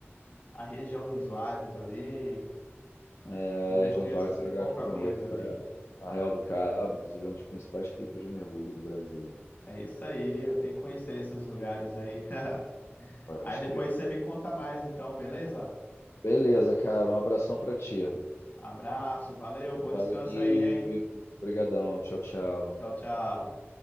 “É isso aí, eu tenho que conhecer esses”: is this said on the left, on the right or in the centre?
Left